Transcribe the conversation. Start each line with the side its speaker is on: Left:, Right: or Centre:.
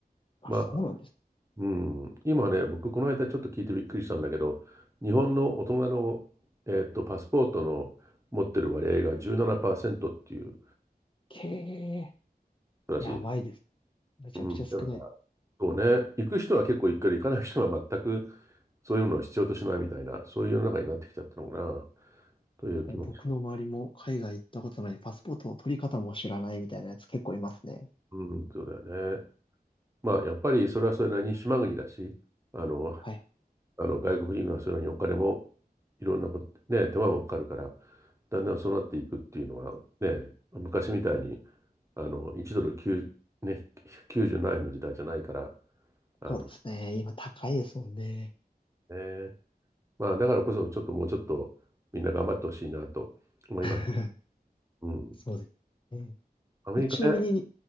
Left: あ、
Right: ま
Left: そうなんです。
Right: うん、今ね、僕、この間ちょっと聞いてびっくりしたんだけど、日本の大人の、えーっと、パスポートの持ってる割合が17%っていう
Left: けえ、
Right: らしい。
Left: やばいです。めちゃくちゃ少ない。
Right: うん、だからそうね、行く人は結構行くけど、行かない人は全くそういうのを必要としないみたいな、そういう世の中になってきちゃったのかな、という気もします。
Left: え僕の周りも海外行ったことない、パスポートの取り方も知らないみたいなやつ結構いますね。
Right: うん、そうだよね。まあ、やっぱりそれはそれなりに島国だし、あの、
Left: はい。
Right: あの外国人がそれにお金もいろんなこと、ね、手間もかかるから、だんだんそうなっていくっていうのは、ね、昔みたいにあの1ドル9、ね、97円の時代じゃないから、あの
Left: そうですね。今、高いですもんね。
Right: ね、まあ、だからこそ、ちょっともうちょっとみんな頑張ってほしいなと思います。
Left: <laughs>
Right: うん、
Left: そうですね。
Right: アメリカね、
Left: えちなみに、